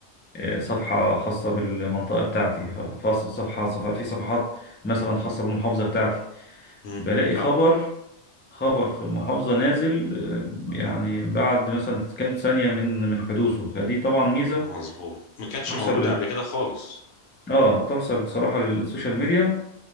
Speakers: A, on the left; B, on the left.
A: آه، صفحة خاصة بالمنطقة بتاعتي خاصة- صفحة صفحة في صفحات مثلا خاصة بالمحافظة بتاعتي
B: مم.
A: بلاقي خبر
B: صح
A: خبر في المحافظة نازل آه، يعني بعد مثلا كام ثانية من من حدوثه فدي طبعا ميزة
B: مظبوط ما كانتش
A: تحسب
B: موجودة
A: لل
B: قبل كده خالص
A: اه تحسب بصراحة للسوشيال
B: مم.
A: ميديا